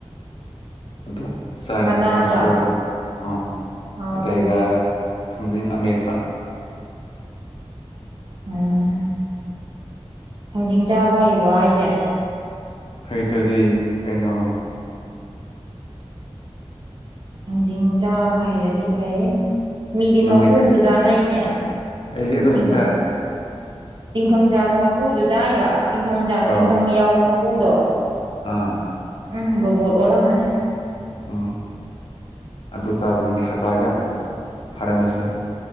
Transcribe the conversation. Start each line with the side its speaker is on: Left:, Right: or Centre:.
Left: ꯗꯨ ꯆꯥꯏ
Right: ꯃꯅꯥꯒ
Left: ꯍꯥꯡ ꯁꯣꯏ ꯑ
Right: ꯍꯥꯎꯕꯅꯦ
Left: ꯑꯒ ꯊꯥꯡꯖꯤꯡ ꯑꯃꯔꯄ
Right: ꯎꯝ ꯊꯥꯡꯖꯤꯡ ꯆꯥꯕ ꯍꯩꯕ꯭ꯔꯣ ꯑꯩꯁꯦ
Left: ꯍꯩ ꯇꯗꯤ ꯀꯩꯅꯣ
Right: ꯊꯥꯡꯖꯤꯡ ꯆꯥꯕ ꯍꯩꯔꯗꯤ ꯐꯩ ꯃꯤꯗꯤ
Left: ꯅꯪꯗꯤ
Right: ꯃꯀꯨꯁꯨ
Left: ꯍꯩ
Right: ꯆꯥꯅꯩꯅꯦ
Left: ꯑꯩꯗꯤ ꯑꯗꯨꯝ
Right: ꯇꯤꯡ
Left: ꯆꯥꯏ
Right: ꯇꯤꯡꯈꯪ ꯆꯥꯕ ꯃꯀꯨꯗꯨꯣ ꯆꯥꯕ ꯇꯤꯡꯈꯪ
Left: ꯑꯥ
Right: ꯇꯤꯡꯈꯪ ꯌꯥꯎꯕ ꯃꯀꯨꯗꯣ
Left: ꯑꯥ
Right: ꯎꯝ ꯔꯣꯕꯣꯠ ꯑꯣꯜꯂꯝꯃꯅꯤ
Left: ꯎꯝ ꯑꯗꯨ ꯆꯥꯕꯒꯤꯅꯤ ꯍꯇꯥ ꯌꯥꯝ ꯐꯔꯝꯃꯤꯁꯦ